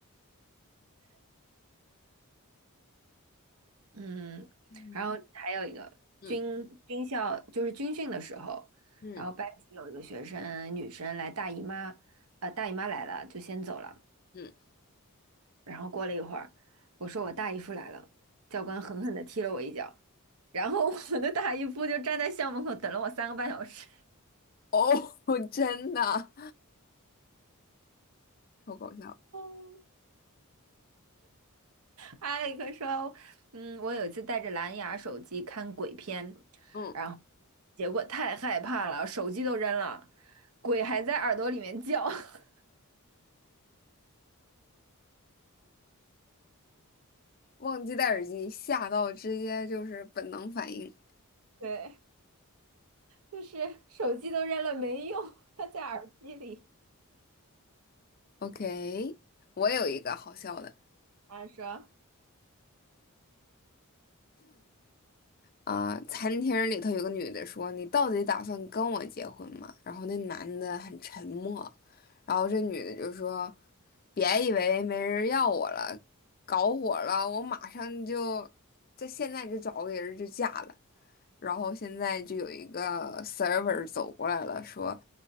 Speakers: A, on the right (about 80°); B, on the left (about 40°).
A: 嗯，
B: 嗯
A: 然后还有一个军军校就是军训的时候，
B: 嗯嗯
A: 然后班级有一个学生女生来大姨妈，呃大姨妈来了就先走了。
B: 嗯，
A: 然后过了一会儿，我说我大姨夫来了，教官狠狠地踢了我一脚，然后我的大姨夫就站在校门口等了我三个半小时。
B: 哦，<laughs> 真的，超搞笑。
A: <laughs> 艾利克说：“嗯，我有一次带着蓝牙手机看鬼片，
B: 嗯。
A: 然后结果太害怕了，手机都扔了，鬼还在耳朵里面叫。<laughs>
B: 忘记戴耳机，吓到直接就是本能反应。
A: 对，就是手机都扔了没用，它在耳机里。”
B: OK，我有一个好笑的
A: 他说：
B: 啊、餐厅里头有个女的说：“你到底打算跟我结婚吗？”然后那男的很沉默，然后这女的就说：“别以为没人要我了，搞火了，我马上就在现在就找个人就嫁了。”然后现在就有一个 server 走过来了，说：